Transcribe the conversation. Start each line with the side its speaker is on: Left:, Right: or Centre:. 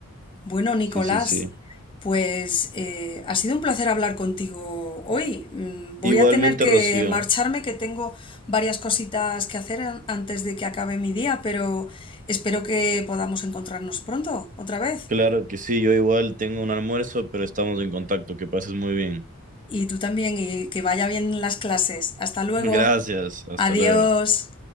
Left: Bueno,
Right: Sí,
Left: Nicolás,
Right: sí, sí.
Left: pues eh, ha sido un placer hablar contigo hoy. Mm, Voy
Right: Igualmente,
Left: a tener que
Right: Rocío.
Left: marcharme, que tengo varias cositas que hacer an- antes de que acabe mi día, pero espero que podamos encontrarnos pronto, otra vez.
Right: Claro que sí, yo igual tengo un almuerzo, pero estamos en contacto. Que pases muy bien.
Left: Y tú también, y que vaya bien las clases. Hasta
Right: <laughs>
Left: luego.
Right: Gracias, hasta
Left: Adiós.
Right: luego.